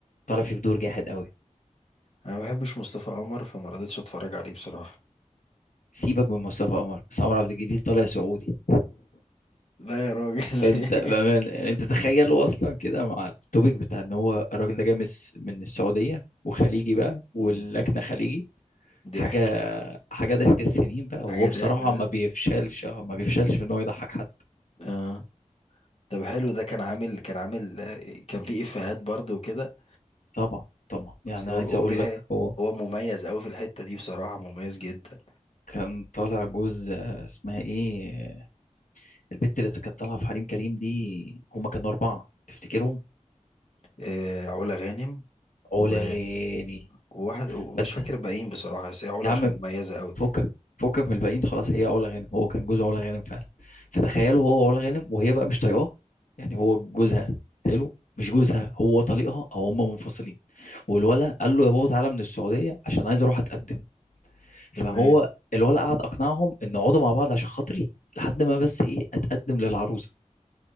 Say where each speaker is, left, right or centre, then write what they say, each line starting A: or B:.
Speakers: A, on the left; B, on the left.
A: طالع فيه بدور جاحد قوي
B: انا ما بحبش مصطفى قمر فما رضيتش اتفرج عليه بصراحه
A: سيبك من مصطفى قمر بس عمرو عبد الجليل طالع سعودي
B: لا يا راجل
A: فانت بامانه
B: <laughs>
A: يعني انت تخيل هو اصلا كده مع التوبيك بتاع ان هو الراجل ده جاي من الس- من السعوديه وخليجي بقى واللكنه
B: مم.
A: خليجي
B: ضحك
A: حاجه حاجه ضحك السنين بقى
B: حاجه
A: وهو بصراحه
B: ضحك بس.
A: ما بيفشلش اه ما بيفشلش في ان هو يضحك حد
B: اه طب حلو ده كان عامل كان عامل كان في افيهات برضه وكده
A: طبعا طبعا يعني
B: اصل
A: عايز
B: هو
A: اقول
B: هو بيح-
A: لك هو
B: هو مميز قوي في الحتة دي بصراحة مميز جدا
A: كان طالع جوز آه، اسمها ايه آه، البت اللي كانت طالعه في حريم كريم دي هما كانوا اربعه تفتكرهم
B: آه علا غانم
A: علا
B: و
A: غاني
B: وواحد ومش
A: فانت
B: فاكر الباقيين بصراحة بس هي علا
A: يا عم
B: عشان مميزة قوي
A: فكك فكك من الباقيين خلاص هي علا غانم هو كان جوز علا غانم فعلا فتخيلوا هو وعلا غانم وهي بقى مش طايقاه يعني هو جوزها حلو مش جوزها هو طليقها او هما منفصلين والولا قال له يا بابا تعالى من السعوديه عشان عايز اروح اتقدم
B: تمام
A: فهو الولا قعد اقنعهم ان اقعدوا مع بعض عشان خاطري لحد ما بس ايه اتقدم للعروسه